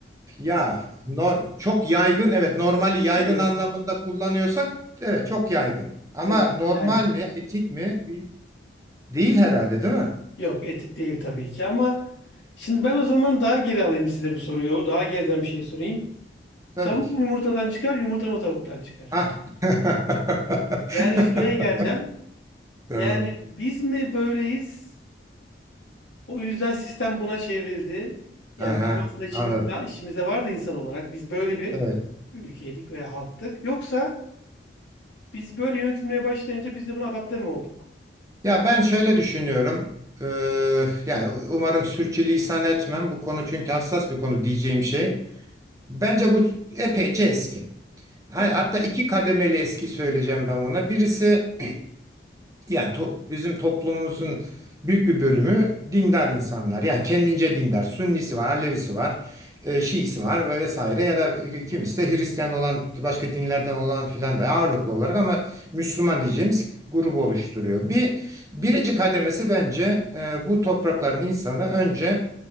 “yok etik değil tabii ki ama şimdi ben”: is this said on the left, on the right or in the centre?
Left